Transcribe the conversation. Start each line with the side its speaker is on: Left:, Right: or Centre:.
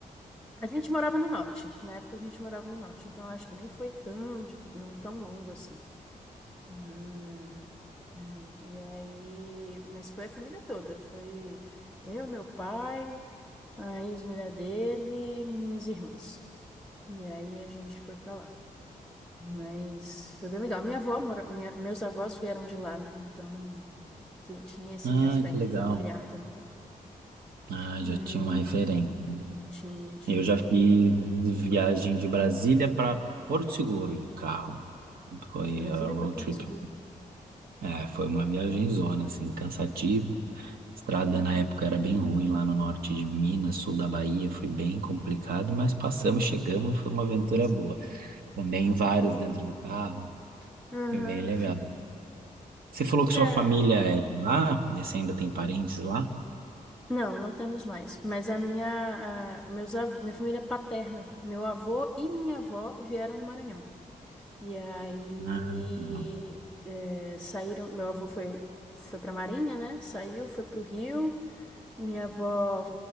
Centre: A gente morava no norte, na época a gente morava no norte, então eu acho que nem foi tão, dif- não tão longo assim. Ah, é, e aí, mas foi a família toda, foi eu, meu pai, a ex-mulher dele, minhas irmãs. E aí a gente foi pra lá. Mas foi bem legal. Minha avó mora, minha- meus avós vieram de lá, né? Então ti- tinha esse
Right: Ah,
Centre: aspecto
Right: que legal.
Centre: familiar também.
Right: Ah,
Centre: Ai,
Right: já tinha uma referência. né?
Centre: tinha, tinha.
Right: Eu já fiz viagem de Brasília para Porto Seguro de carro. Foi
Centre: Brasília
Right: a road
Centre: para Porto
Right: trip.
Centre: Seguro.
Right: É, foi uma viagem zona, assim, cansativa. Estrada
Centre: Uhum.
Right: na época era bem ruim lá no norte de Minas, sul da Bahia, foi bem complicado, mas passamos, chegamos e foi uma aventura
Centre: Bastante,
Right: boa. Também
Centre: com
Right: vários
Centre: certeza.
Right: dentro do carro,
Centre: Uhum.
Right: foi bem legal. Você falou que
Centre: Cara,
Right: sua família é de lá? e Você ainda tem parentes lá?
Centre: não, não temos mais. Mas a minha, a, meus avô, minha família paterna, meu avô e minha avó vieram do Maranhão. E aí
Right: Ah, não.
Centre: é, saíram. Meu avô foi foi para Marinha, né? Saiu, foi para o Rio. Minha avó,